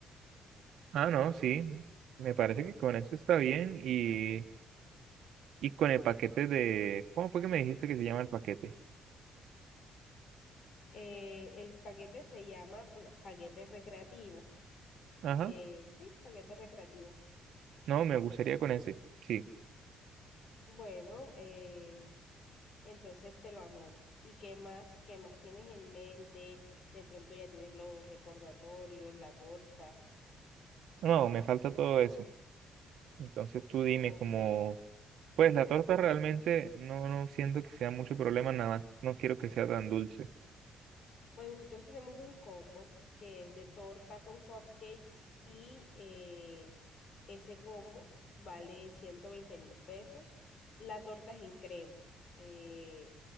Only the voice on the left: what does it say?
Eh, el paquete se llama pl- paquete recreativo
Eh, sí, paquete recreativo.
Bueno, eh, entonces te lo anoto. ¿Y qué más, qué más tienes en mente? De pronto ya tienes los recordatorios, la torta.
Ok.
Bueno, nosotros tenemos un combo que es de torta con cupcakes y eh, ese combo vale ciento veinte mil pesos. La torta es en crema. eh,